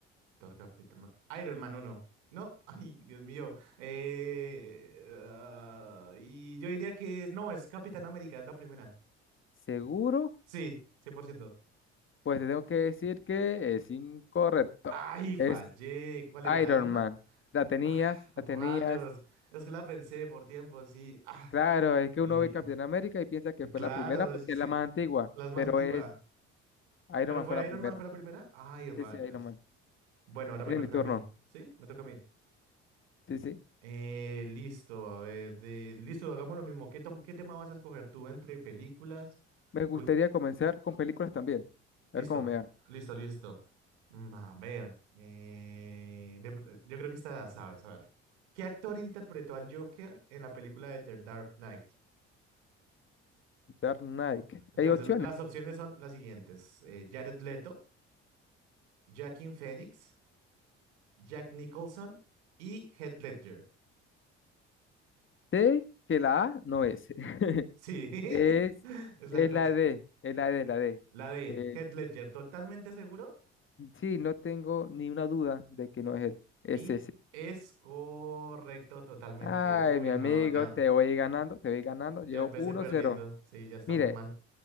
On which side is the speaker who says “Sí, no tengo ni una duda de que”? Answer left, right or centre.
Left